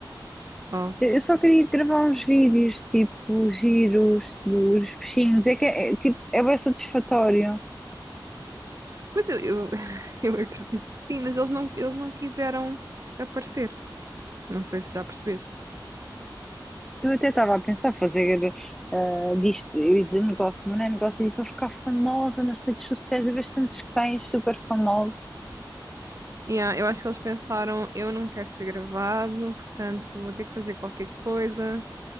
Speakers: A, on the right (about 40°); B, in the centre.
A: Oh.
B: Eu eu só queria gravar uns vídeos, tipo, giros dos peixinhos. É que é, é, tipo, é bem satisfatório.
A: Pois eu, eu, <laughs> eu acredito que sim, mas eles não, eles não quiseram aparecer. Não sei se já percebeste.
B: Eu até estava a pensar fazer ah, disto, eu ia dizer negócio, mas não é negócio, é para ficar famosa nas redes sociais. Eu vejo tantos cães super famosos.
A: Yeah, eu acho que eles pensaram, eu não quero ser gravado, portanto vou ter que fazer qualquer coisa.